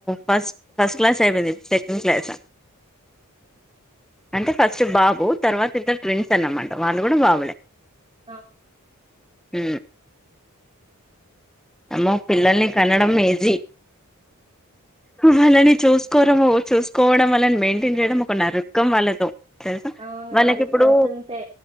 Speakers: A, in the centre; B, on the right.
A: ఫస్ట్ ఫస్ట్ క్లాస్ అయిపోయింది సెకండ్ క్లాస్ అంటే ఫస్ట్ బాబు తర్వాత ఇద్దరు ట్విన్స్ అన్నమాట వాళ్ళు కూడా బాబులే
B: ఆ
A: ఊ అమ్మో పిల్లల్ని కనడం ఈజీ వాళ్ళని చూసుకోరము చూసుకోవడం వాళ్ని మెయింటైన్ చేయడం ఒక నరకం వాళ్ళతో తెలుసా
B: అవును.
A: వాళ్ళకి ఇప్పుడు
B: కొంచెం తె